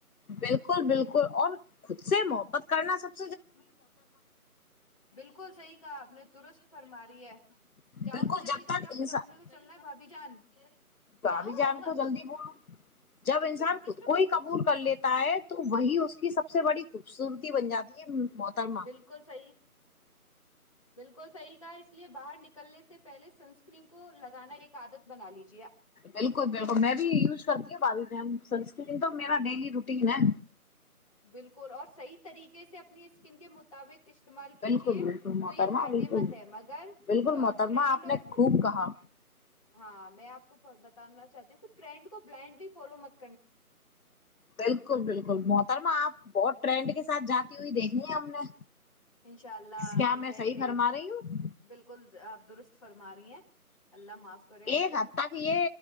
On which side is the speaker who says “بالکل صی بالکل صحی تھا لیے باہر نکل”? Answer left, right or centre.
Left